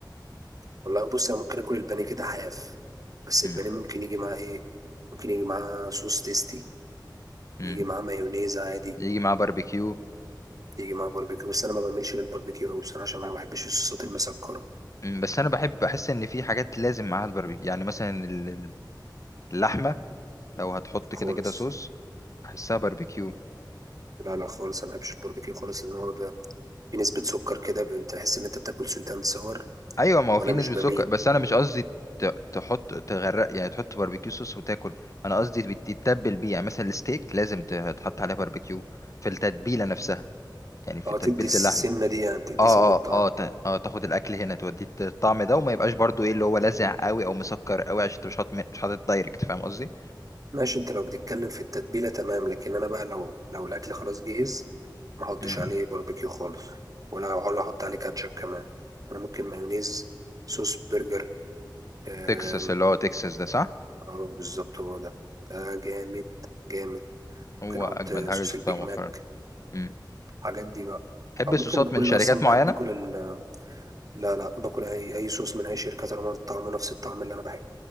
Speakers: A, on the right; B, on the left.
A: والله بص انا ممكن اكل البانيه كده حاف بس البانيه
B: مم.
A: ممكن يجي معاه ايه ممكن يجي معاه صوص تيستي
B: مم.
A: يجي معاه مايونيز عادي
B: يجي معاه باربيكيو
A: يجي معاه باربيكيو بس انا ما بعملش للباربيكيو قوي بصراحه عشان انا ما بحبش الصوصات المسكره
B: مم. بس انا بحب بحس ان في حاجات لازم معاها الباربيكيو يعني مثلا ال- ال- اللحمة لو هتحط
A: خالص
B: كده كده صوص بحسها باربيكيو
A: لا لا خالص انا ما بحبش الباربيكيو خالص لان هو بقى في نسبه سكر كده بتحس ان انت بتاكل سويت اند ساور
B: ايوه ما هو
A: وانا
B: في نسبة
A: مش بميل
B: سكر بس انا مش قصدي ت- تحط تغرق يعني تحط باربيكيو صوص وتاكل انا قصدي بت- تتبل بيه يعني مثلا الستيك لازم ت- تحط عليه باربيكيو في التتبيلة نفسها يعني في
A: اه
B: تتبيلة
A: تدي السنه
B: اللحمة
A: دي يعني تدي
B: اه
A: سنه
B: اه
A: طعم
B: اه تا- اه تاخد الاكل هنا توديه الطعم ده وما يبقاش برضو ايه اللي هو لاذع قوي او مسكر قوي عشان انت مش حاطط مش حاطط دايركت فاهم قصدي
A: ماشي انت لو بتتكلم في التتبيلة تمام لكن انا بقى لو لو الاكل خلاص جهز ما احطش
B: مم.
A: عليه باربيكيو خالص ولا ولا احط عليه كاتشب كمان انا ممكن مايونيز صوص برجر آم،
B: تكساس اللي هو تكساس ده صح
A: اه بالظبط هو ده ده جامد جامد
B: هو
A: ممكن احط
B: اجمد
A: صوص
B: حاجه شفتها
A: البيج
B: مؤخرا
A: ماك
B: مم.
A: الحاجات دي بقى
B: تحب
A: او
B: الصوصات
A: ممكن باكل
B: من شركات
A: اصلا
B: معينه
A: بحب باكل ال... لا لا باكل اي اي صوص من اي شركه طالما طعمه نفس الطعم اللي انا بحبه